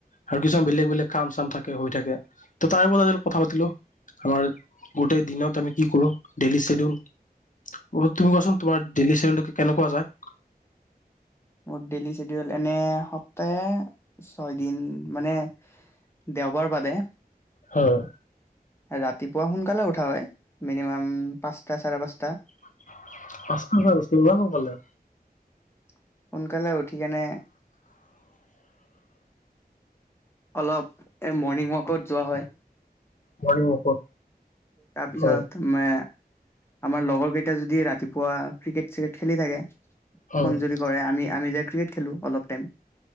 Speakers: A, on the left; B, on the left.
A: আৰু কিছুমান বেলেগ বেলেগ কাম চাম থাকে হৈ থাকে। ত তাই বতাই কথা পাতিলোঁ। আমাৰ গোটেই দিনত আমি কি কৰোঁ, ডেইলী শ্বেডিউল তুমি কোৱাচোন তোমাৰ ডেইলি চেডিউলটো কেনেকুৱা যায়?
B: মোৰ ডেইলি চেডিউল এনে সপ্তাহে ছয় দিন মানে দেওবাৰ বাদে
A: হয়।
B: ৰাতিপুৱা সোনকালে উঠা হয়। মিনিমাম পাঁচটা, চাৰে পাঁচটা।
A: <unintelligible> ক'লে
B: <inaudible> সোনকালে উঠি কেনে অলপ, এ, মৰ্ণিং ৱাকত যোৱা হয়।
A: মৰ্ণিং ৱাকত
B: তাৰপিছত,
A: হয়
B: মে আমাৰ লগৰ কেইটা যদি ৰাতিপুৱা ক্ৰিকেট-সৃকেট খেলি থাকে ফোন
A: হয়
B: যদি কৰে, আমি, আমি যাই ক্ৰিকেট খেলোঁ অলপ টাইম।